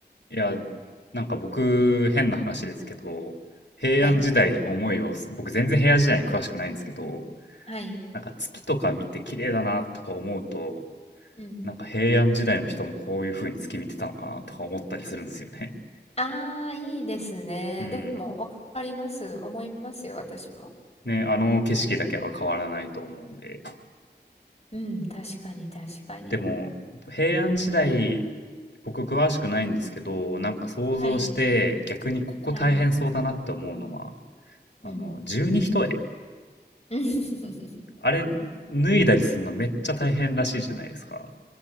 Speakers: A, on the left; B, on the left.
A: いや、なんか僕、変な話ですけど、平安時代に思いをす、
B: はい。
A: 僕全然平安時代に詳しくないんですけど、
B: はい。
A: なんか月とか見て綺麗だなとか思うと、
B: うん。
A: なんか平安時代の人もこういう風に月見てたのかなとか思ったりするんですよね。
B: ああ、いいですね。
A: うん。
B: でも、わかります。思いますよ、私も。
A: ね、あの景色だけは変わらないと思うんで。
B: うん、確かに、確かに。
A: でも平安時代僕詳しくないんですけどなんか想像して逆にここ大変そうだなって思うのは
B: はい。はい。
A: あの十二単
B: うん。<laughs>
A: あれ脱いだりするのめっちゃ大変らしいじゃないですか